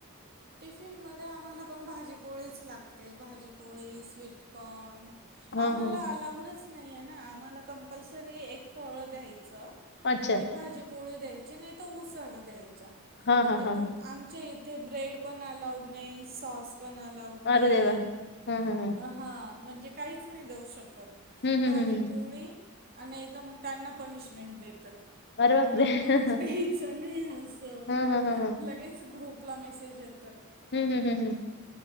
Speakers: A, on the right (about 45°); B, on the left (about 50°).
A: टिफिन मध्ये आम्हाला आपण भाजीपोळीच लागते. भाजीपोळी, स्वीटकॉर्न
B: ह
A: आम्हाला
B: ह
A: आलावडच नाहीये, ना आम्हाला कंपल्सरी एक फळ द्यायचं.
B: अच्छा
A: आणि भाजी, पोळी द्यायचं. नाही तर उसळ द्यायची. म्हणजे,
B: हा हा हा ह
A: त आमच्या इथे ब्रेड पण अलाउड नाही. सॉस पण अलाऊड नाही,
B: अरे देवा! हं, हं, हं.
A: हा म्हणजे काहीच नाही देऊ शकतं.
B: हं, हं,
A: भाजी,
B: हं, हं.
A: पोळी आणि तर मग त्यांना पनिशमेंट देतात. म्हणून,
B: अरे बापरे!
A: आपणच
B: हं,
A: द्यायच नाही असं.
B: हं, हं,
A: लगेच ग्रुप आपला मेसेज येतात.
B: हम हम हम्म हम